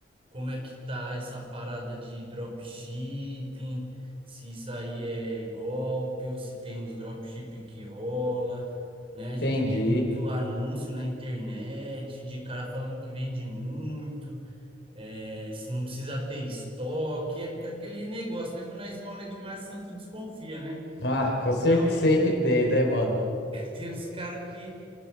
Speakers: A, on the right (about 30°); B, on the left (about 70°).
A: como é que tá essa parada de dropshipping, se isso aí é golpe ou se tem uns dropshipping que rola, né? A gente
B: Entendi.
A: tem muito anúncio na internet de cara falando que vende muito, é, se não precisa ter estoque, é aquele negócio, né? Quando a esmola é demais, o santo desconfia, né?
B: Ah, com certeza
A: Então,
B: sempre tem, né, mano?
A: tem uns caras que